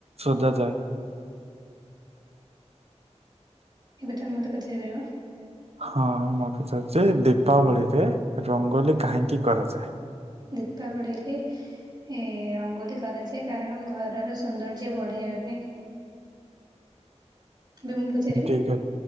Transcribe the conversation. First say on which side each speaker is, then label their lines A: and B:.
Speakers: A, on the right (about 60°); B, on the right (about 35°).
A: ସଜାଯାଏ।
B: ଏବେ ତମେ ମତେ ପଚାରି ପାରିବ।
A: ହଁ ମୁଁ ପଚାରୁଛି ଦୀପାବଳିରେ ରଙ୍ଗୋଲି କାହିଁକି କରାଯାଏ?
B: ଦୀପାବଳି ରେ ଏ ରଙ୍ଗୋଲି କରାଯାଏ କାରଣ ଘରର ସୌନ୍ଦର୍ଯ୍ୟ ବଢ଼ାଇବା ପାଇଁ। ଏବେ ମୁଁ ପଚାରିବି।
A: ଠିକ ଅଛି।